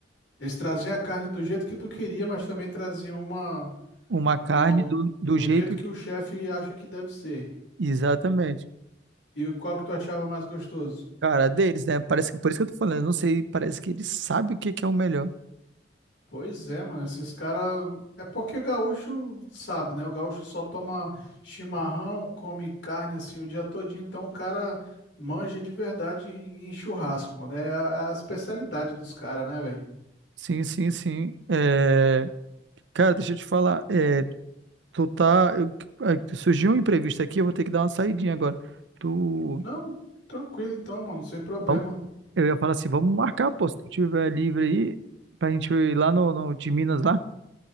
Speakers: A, on the left; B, on the right.
A: eles traziam a carne do jeito que tu queria, mas também traziam uma
B: Uma carne
A: no,
B: do, do
A: no
B: jeito.
A: jeito que o chefe acha que deve ser.
B: Exatamente.
A: E o- qual que tu achava mais gostoso?
B: Cara, deles, né? Parece que, por isso que eu tô falando, eu não sei, parece que eles sabem o que que é o melhor.
A: Pois é, mano, esses caras. É porque gaúcho sabe, né? O gaúcho só toma chimarrão, come carne assim o dia todinho, então o cara manja de verdade em churrasco, né? É a é a especialidade dos caras, né, velho?
B: Sim, sim, sim. É, Cara, deixa eu te falar. É, Tu tá. eu- é, surgiu um imprevisto aqui, eu vou ter que dar uma saidinha agora. Tu.
A: Não, tranquilo então, mano, sem problema.
B: Vamos, eu ia falar assim, vamos marcar, pô, se tu tiver livre aí, pra gente ir lá no, no de Minas lá.